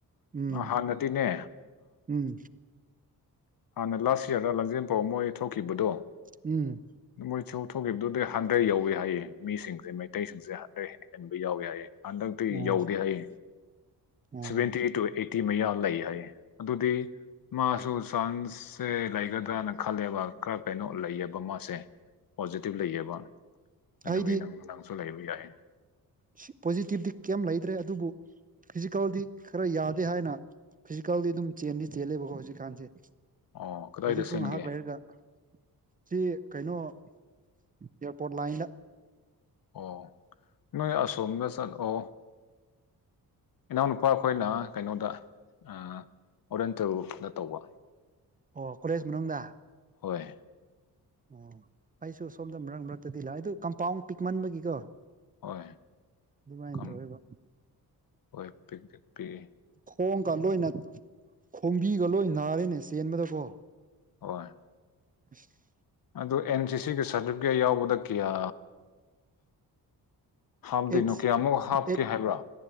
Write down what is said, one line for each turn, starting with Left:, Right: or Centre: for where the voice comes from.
Right: ꯎꯝ
Left: ꯍꯥꯟꯅꯗꯤꯅꯦ
Right: ꯎꯝ
Left: ꯍꯥꯟꯅ ꯂꯥꯁ ꯌꯔꯗ ꯂꯥꯡꯖꯦꯟꯄꯥꯎ ꯃꯣꯏ ꯊꯣꯛꯈꯤꯕꯗꯣ
Right: ꯎꯝ
Left: ꯃꯣꯏꯁꯨ ꯊꯣꯛꯈꯤꯕꯗꯨꯗꯤ ꯍꯟꯗ꯭ꯔꯦꯗ ꯌꯧꯏ ꯍꯥꯏꯌꯦ ꯃꯤꯁꯤꯡꯁꯦ ꯃꯩꯇꯩꯁꯤꯡꯁꯦ ꯍꯟꯗ꯭ꯔꯦ ꯍꯦ ꯍꯦꯟꯕ ꯌꯥꯎꯏ ꯍꯥꯏꯌꯦ ꯍꯟꯗꯛꯇꯤ
Right: ꯑꯣ
Left: ꯌꯧꯗꯦ ꯍꯥꯏꯌꯦ
Right: ꯑꯣ
Left: seventy eight two eighty ꯃꯌꯥ ꯂꯩ ꯍꯥꯏꯌꯦ ꯑꯗꯨꯗꯤ ꯃꯥ ꯁꯨ ꯆꯥꯟꯁꯁꯦ ꯂꯩꯒꯗ꯭ꯔꯅ ꯈꯜꯂꯦꯕ ꯈꯔ ꯀꯩꯅꯣ ꯂꯩꯌꯦꯕ ꯃꯥꯁꯦ ꯄꯣꯖꯤꯇꯤꯚ ꯂꯩꯌꯦꯕ ꯑꯗꯨꯒꯤ
Right: ꯑꯩꯗꯤ
Left: ꯅꯪ ꯅꯪꯁꯨ ꯂꯩꯕ ꯌꯥꯏ
Right: ꯁꯤ ꯄꯣꯖꯤꯇꯤꯚꯇꯤ ꯀꯌꯤꯝ ꯂꯩꯇ꯭ꯔꯦ ꯑꯗꯨꯕꯨ ꯐꯤꯖꯤꯀꯦꯜꯗꯤ ꯈꯔ ꯌꯥꯗꯦ ꯍꯥꯏꯅ ꯐꯤꯖꯤꯀꯦꯜꯗꯤ ꯑꯗꯨꯝ ꯆꯦꯟꯗꯤ ꯆꯦꯜꯂꯦꯕꯀꯣ ꯍꯧꯖꯤꯛꯀꯥꯟꯁꯦ ꯍꯧꯖꯤꯛꯁꯨ
Left: ꯑꯣ ꯀꯗꯥꯏꯗ ꯆꯦꯟꯒꯦ
Right: ꯉꯍꯥꯛ ꯂꯩꯔꯒ ꯆꯤ ꯀꯩꯅꯣ ꯑꯦꯌꯔꯄꯣꯔꯠ ꯂꯥꯏꯟꯗ
Left: ꯑꯣ ꯅꯣꯏ ꯑꯁꯣꯝꯗ ꯆꯠ ꯑꯣ ꯏꯅꯥꯎꯅꯨꯄꯥ ꯈꯣꯏꯅ ꯀꯩꯅꯣꯗ ꯑꯣꯔꯦꯟꯇꯦꯜꯗ ꯇꯧꯕ
Right: ꯑꯣ ꯀꯣꯂꯦꯖ ꯃꯅꯨꯡꯗ
Left: ꯍꯣꯏ
Right: ꯑꯣ ꯑꯩꯁꯨ ꯁꯣꯝꯗ ꯃꯔꯛ ꯃꯔꯛꯇꯗꯤ ꯂꯥꯛꯑꯦ ꯑꯗꯨ ꯀꯝꯄꯥꯎꯟ ꯄꯤꯛꯃꯟꯕꯒꯤꯀꯣ
Left: ꯍꯣꯏ
Right: ꯑꯗꯨꯃꯥꯏꯅ
Left: ꯀꯝ
Right: ꯇꯧꯑꯦꯕ
Left: ꯍꯣꯏ ꯄꯤꯛꯇꯤ ꯄꯤꯛꯏ
Right: ꯈꯣꯡꯀ ꯂꯣꯏꯅ ꯈꯣꯡꯕꯤꯒ ꯂꯣꯏ ꯅꯥꯔꯦꯅꯦ ꯆꯦꯟꯕꯗꯀꯣ
Left: ꯍꯣꯏ
Right: <inaudible>
Left: ꯑꯗꯨ ꯑꯦꯟ ꯁꯤꯒꯤ ꯁꯥꯔꯇꯤꯕꯤꯒꯦꯠ ꯌꯥꯎꯕꯗ ꯀꯌꯥ ꯍꯥꯎꯗꯤ
Right: ꯑꯩꯠ
Left: ꯅ‌ꯣ ꯀ꯭ꯌꯥꯃꯨꯛ ꯍꯥꯞꯀꯦ
Right: ꯑꯩꯠ
Left: ꯍꯥꯏꯕ꯭ꯔꯥ